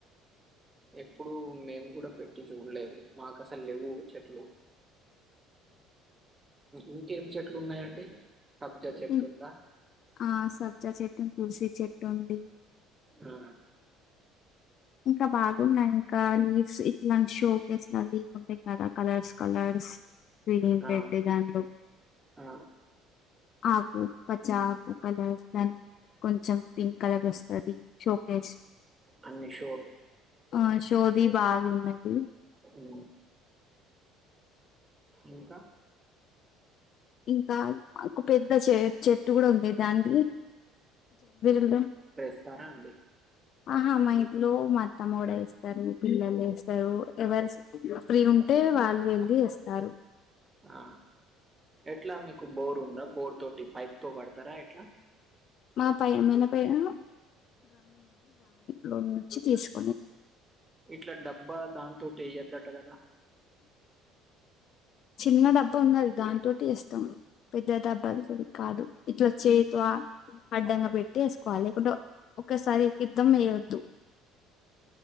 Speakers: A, on the right; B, on the left.
A: ఎప్పుడు మేము కూడా పెట్టి చూడలేదు మాకు అసలు లేవు చెట్లు ఇంకేమి చెట్లు ఉన్నాయండి సబ్జా చెట్టు
B: ఇ
A: ఉందా
B: ఆ సబ్జా చెట్టు తులసి చెట్టు అండి
A: ఆ
B: ఇంకా బాగున్నాయి ఇంకా లీవ్స్ ఇట్లా షోకేస్ లా అవి ఉంటాయి కదా కలర్స్ కలర్స్ క్రీమ్
A: ఆ,
B: పెట్టే దాంట్లో
A: ఆ
B: ఆకు పచ్చఆకు కలర్స్ దాని కొంచెం పింక్ కలర్ వస్తది షోకేజ్
A: అన్నిషో
B: ఆ షోది బాగున్నది
A: ఉ ఇంకా
B: ఇంకా మాకు పెద్ద చె చెట్టు కూడా ఉండేది దాని <unintelligible>
A: స్తారా అండి
B: ఆహా మా ఇంట్లో మా అత్తమ్మ కూడా వేస్తారు పిల్లలు వేస్తారు ఎవరు ఫ్రీ ఉంటే వాళ్ళు వెళ్ళి వేస్తారు
A: ఆ ఎట్లా మీకు బోర్ ఉందా బోర్ తోటి పైప్ తో పడతారా ఎట్లా
B: మా పై మేనపైన లోన్ నుంచి తీసుకు
A: ఇట్లా డబ్బా దాంతోటి వేయ్యద్దట కదా
B: చిన్న డబ్బా ఉన్నది దాంతోటి వేస్తాం పెద్ద డబ్బలు సరి కాదు ఇట్లా చేయ త అడ్డంగా పెట్టి వేసుకోవాలి లేకుంటే ఒకసారి <unintelligible> వేయొద్దు